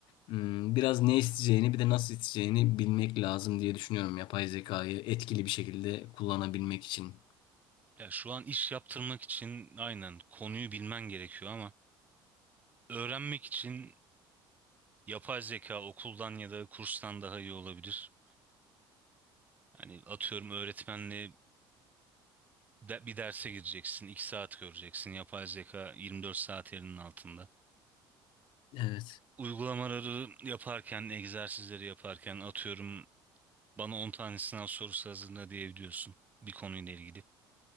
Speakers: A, on the left; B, on the right.
A: hmm, biraz ne isteyeceğini bir de nasıl isteyeceğini bilmek lazım diye düşünüyorum yapay zekayı etkili bir şekilde kullanabilmek için.
B: Ya şu an iş yaptırmak için aynen konuyu bilmen gerekiyor ama öğrenmek için yapay zeka okuldan ya da kurstan daha iyi olabilir. Hani atıyorum öğretmenle de- bir derse gireceksin, 2 saat göreceksin. Yapay zeka 24 saat elinin altında.
A: Evet,
B: Uygulamaları yaparken, egzersizleri yaparken atıyorum bana 10 tane sınav sorusu hazırla diyebiliyorsun bir konuyla ilgili.